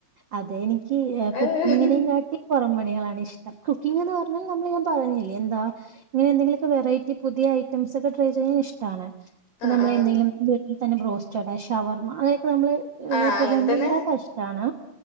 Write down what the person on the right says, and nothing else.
അതെ എനിക്ക്
കുക്കിങ്ങിനേ കാട്ടീം പുറംപണി കളാണ് ഇഷ്ടം കുക്കിങ്ങ്ന്ന് പറഞ്ഞാൽ നമ്മൾ ഞാൻ പറഞ്ഞില്ലേ എന്താ ഇങ്ങനെ എന്തെങ്കിലും ഒക്കെ വെറൈറ്റി പുതിയ ഐറ്റംസ് ഒക്കെ ട്രൈ ചെയ്യാൻ ഇഷ് ട്ടാണ് ഇപ്പം
നമ്മള് എന്തെങ്കിലും വീട്ടിൽ തന്നെ ബ്രോസ്റ്റഡ് ഷവർമ്മ അങ്ങ ഇപ്പ നമ്മള്
യൂട്യൂബ്
കണ്ട്
ഇണ്ടാക്കാന് ഇഷ്ടാണ്